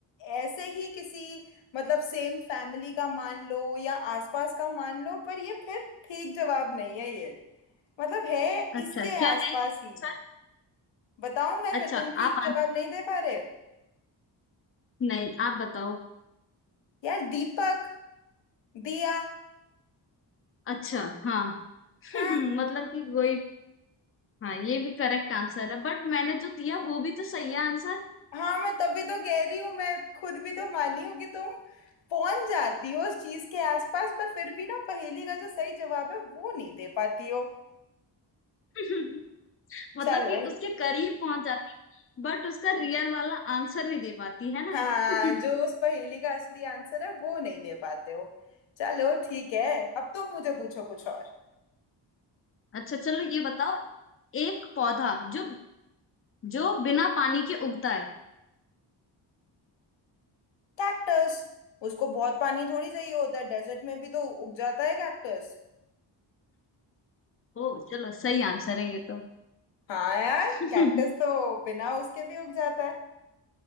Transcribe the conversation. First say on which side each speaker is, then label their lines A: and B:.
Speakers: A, on the left; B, on the left.
A: ऐसे ही किसी मतलब सेम फैमिली का मान लो या आसपास का मान लो पर ये फिर ठीक जवाब नहीं है ये मतलब है
B: अच्छा
A: इसके
B: क्या
A: आसपास
B: है
A: ही
B: सर
A: बताऊं मैं
B: अच्छा
A: फिर तुम ठीक
B: आप
A: जवाब
B: आन...
A: नहीं दे पा रहे
B: नहीं आप बताओ
A: यार दीपक दिया
B: अच्छा हाँ <laughs>
A: हाँ
B: मतलब कि कोई हाँ ये भी करेक्ट आंसर है बट मैंने जो दिया वो भी तो सही है आंसर
A: हाँ मैं तभी तो कह रही हूँ मैं खुद भी तो मानी हूँ कि तुम पहुंच जाती हो उस चीज के आसपास पर फिर भी ना पहेली का जो सही जवाब है वो नहीं दे पाती हो
B: <laughs> मतलब
A: चलो
B: कि उसके करीब पहुंच जाती बट उसका रियल वाला आंसर नहीं दे पाती है ना
A: हाँ
B: <laughs>
A: जो उस पहेली का असली आंसर है वो नहीं दे पाते हो चलो ठीक है अब तुम मुझे पूछो कुछ और
B: अच्छा चलो ये बताओ एक पौधा जो जो बिना पानी के उगता है
A: कैक्टस उसको बहुत पानी थोड़ी चाहिए होता है डेजर्ट में भी तो उग जाता है कैक्टस
B: ओ चलो सही आंसर है ये तो
A: हाँ यार
B: <laughs>
A: कैक्टस तो बिना उसके भी उग जाता है